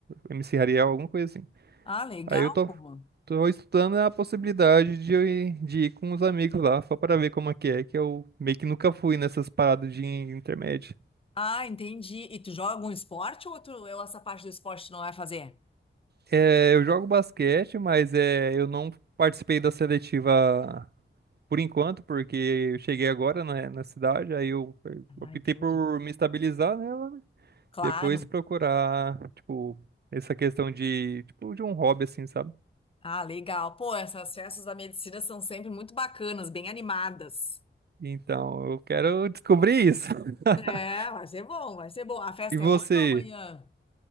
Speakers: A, on the right; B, on the left.
A: MC Ariel, alguma coisa assim.
B: Ah, legal,
A: Aí eu tô,
B: pô.
A: tô estudando a possibilidade de, eu ir- de ir com os amigos lá, só para ver como é que é, que eu meio que nunca fui nessas paradas de intermédio.
B: Ah, entendi. E tu joga um esporte ou, tu, ou essa parte do esporte tu não vai fazer?
A: É, eu jogo basquete, mas é, eu não participei da seletiva por enquanto, porque eu cheguei agora na, na cidade, aí eu eu
B: Ah,
A: optei
B: entendi.
A: por me estabilizar nela,
B: Claro.
A: depois procurar, tipo, essa questão de, tipo, de um hobby, assim, sabe?
B: Ah, legal. Pô, essas festas da medicina são sempre muito bacanas, bem animadas.
A: Então, eu quero descobrir isso. <laughs>
B: É, vai ser bom, vai ser bom. A festa
A: E você?
B: é hoje ou amanhã?